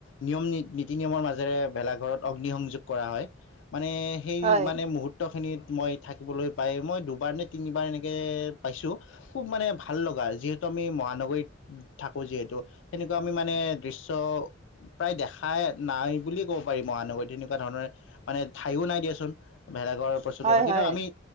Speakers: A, on the left; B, on the right.
A: নিয়ম নীতি নিয়মৰ মাজেৰে ভেলা ঘৰত অগ্নিসংযোগ কৰা হয় মানে সেই
B: হয়
A: মানে মুহূৰ্তখিনিত মই থাকিবলৈ পাই মই দুবাৰ নে তিনিবাৰ এনেকে পাইছো খুব মানে ভাল লগা যিহেতু আমি মহানগৰীত থাকো যিহেতু সেনেকুৱা আমি মানে দৃশ্য প্ৰায় দেখাই নাই বুলি ক'ব পাৰি মহানগৰী তেনেকুৱা ধৰণৰ মানে ঠাইয়ো নাই দিয়েচোন ভেলাঘৰ প্ৰস্তুত
B: হয়
A: কৰিব কিন্তু
B: হয়
A: আমি